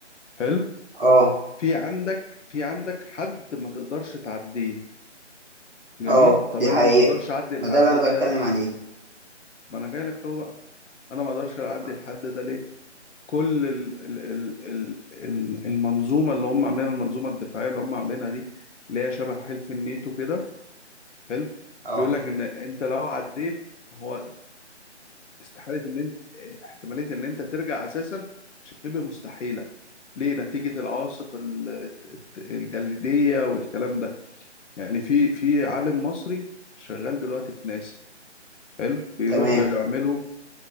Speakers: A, on the left; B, on the right.
A: حلو
B: اه
A: في عندك في عندك حد ما تقدرش تعديه جميل
B: اه
A: طب
B: دي
A: انا
B: حقيقة
A: ما اقدرش اعدي الحد
B: ما ده اللي
A: ده
B: انا بتكلم
A: ليه
B: عليه
A: ما انا جاي لك اهو بقى انا ما اقدرش اعدي
B: اه
A: الحد ده ليه كل ال ال ال ال ال- المنظومه اللي هم عاملينها المنظومه الدفاعيه اللي هم عاملينها دي اللي هي شبه حلف الناتو كده حلو
B: آه،
A: بيقول لك ان انت لو عديت هو استحاله ان انت احتماليه ان انت ترجع اساسا شبه مستحيله ليه نتيجه العواصف ال- الت- الت- الجليديه والكلام ده يعني في في عالم مصري شغال دلوقتي في ناسا حلو بيروحوا
B: تمام
A: يعملوا